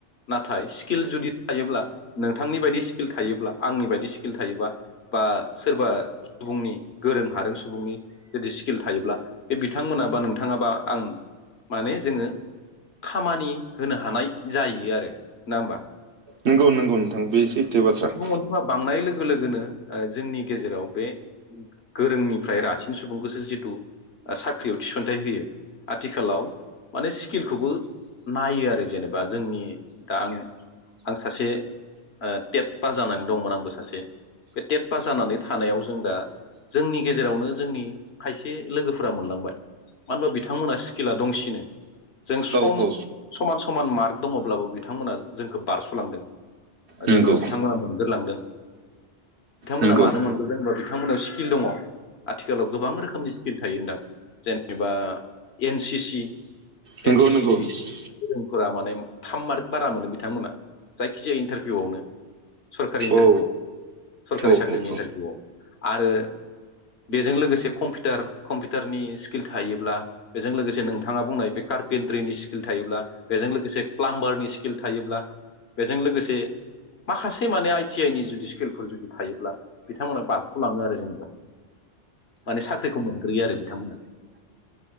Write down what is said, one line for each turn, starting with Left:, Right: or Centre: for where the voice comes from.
Left: नाथाय स्किल जुदि थायोब्ला नोंथांनि बायदि स्किल थायोब्ला आंनि बायदि स्किल थायोबा बा सोरबा सुबुंनि गोरों हारों सुबुंनि जुदि स्किल थायोब्ला बे बिथांमोनाबा नोंथाङाबा आं माने जोङो खामानि होनो हानाय जाहैयो आरो नङा होमबा ।।
Right: नंगौ नंगौ नोंथां बे सैथो बाथ्रा ।
Left: अनजिमा बांनाय लोगो लोगोनो ओ जोंनि गेजेराव बे गोरोंनिफ्राय रासिन सुबुंखौसो जिथु साख्रियाव थिसनथाइ होयो आथिखालाव माने स्किलखौबो नायो आरो जेनेबा जोंनि दा आं आं सासे ओ टेट पास जानानै दंमोन आंबो सासे बे टेट पास जानानै थानायाव जों दा जोंनि गेजेरावनो जोंनि खायसे लोगोफोरा मोनलांबाय मानो होनबा बिथांमोना स्किला दंसिनो । जों सम
Right: औ औ
Left: समान समान मार्क दङब्लाबो बिथांमोना जोंखौ बारस'लांदों
Right: नंगौ
Left: जेनेबा बिथांमोना मोनग्रोलांदो बिथांमोना
Right: नंगौ
Left: मानो मोनग्रोदों होनबा बि बिथांमोनाव स्किल दङ आथिखालाव गोबां रोखोमनि स्किल थायो होनदां जेनेबा एन सि सि
Right: नंगौ
Left: एन सि
Right: नंगौ
Left: सि
Right: नंगौ
Left: गोरोंफोरा माने थाम मार्क बारा मोनो बिथांमोना जाय जायखिजाया इन्टारभिउआवनो सरकारि इन्टारभिउआव
Right: औ
Left: सरकारि
Right: औ
Left: साख्रिनि
Right: औ
Left: इन्टारभिउआव
Right: औ
Left: आरो बेजों लोगोसे कम्पिउटार कम्पिउटारनि स्किल थायोब्ला बेजों लोगोसे नोंथाङा बुंनाय बे कार्पेन्ट्रिनि स्किल थायोब्ला बेजों लोगोसे प्लाम्बारनि स्किल थायोब्ला बेजों लोगोसे माखासे माने आइटि आइ नि जुदि स्किलफोर जुदि थायोब्ला बिथांमोना बारग'लाङो आरो जेनेबा माने साख्रिखौ मोनग्रोयो आरो बिथांमोना ।